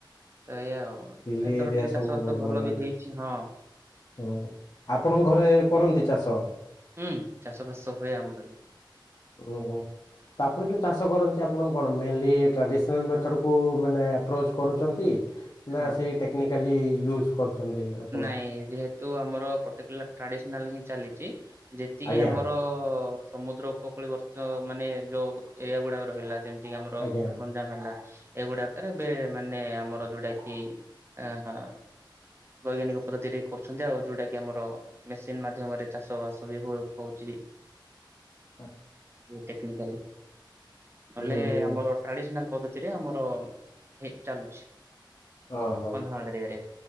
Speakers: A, on the right; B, on the left.
A: ଏଇଆ ଆଉ
B: ହିଲି
A: ଏଥର
B: ଏରିଆ
A: ଟିକେ
B: ସବୁ
A: ଚାଷ ବାସ
B: ବହୁତ
A: ଭଲ
B: ଲାଗେ।
A: ବି ହେଇଛି ହଁ।
B: ହୁଁ ଆପଣଙ୍କ ଘରେ କରନ୍ତି ଚାଷ?
A: ହୁଁ ଚାଷବାସ ସବୁ ହୁଏ ଆମର ବି।
B: ଓହୋ। ତ ଆପଣ ଯେଉଁ ଚାଷ କରନ୍ତି ଆପଣ କଣ ମେନ୍ଲି ଟ୍ରାଡ଼ିସନାଲ୍ ମେଥଡ଼କୁ ମାନେ ଆପ୍ରୋଚ୍ କରୁଛନ୍ତି? ନା
A: ହଁ।
B: ସେଇ ଟେକ୍ନିକାଲି ୟୁଜ କରୁଛନ୍ତି? ଆପଣ?
A: ନାଇଁ ଯେହେତୁ ଆମର ପର୍ଟିକୁଲାର ଟ୍ରାଡିସନାଲ ହିଁ ଚାଲିଛି। ଯେତିକି
B: ଆଜ୍ଞା
A: ଆମର ସମୁଦ୍ର ଉପକୂଳ ବର୍ତ୍ତ ମାନେ ଯୋଉ ଏରିଆ ଗୁଡ଼ାକ ରହିଲା ଯେମିତି ଯେମିତିକି ଆମର
B: ଆଜ୍ଞା
A: ଗଞ୍ଜାମ ହେଲା। ଏଗୁଡ଼ାକରେ ଏବେ ମାନେ ଆମର ଯୋଉଟା କିି ଅହଁ ବୈଜ୍ଞାନିକ ପଦ୍ଧତିରେ କରୁଛନ୍ତି ଆଉ ଯଉଟା କିି ଆମର। ମେସିନ ମାଧ୍ୟମରେ ଚାଷ ବାସ ବି ହୁଏ ହଉଛି।
B: <inaudible>
A: ଟେକ୍ନିକାଲି ନହେଲେ
B: ହୁଁ ହୁଁ
A: ଆମର। ଟ୍ରାଡିସନାଲ ପଦ୍ଧତିରେ ଆମର ହେଇ ଚାଲୁଛି।
B: ଓହୋ
A: କନ୍ଦମାଳ ଏରିଆରେ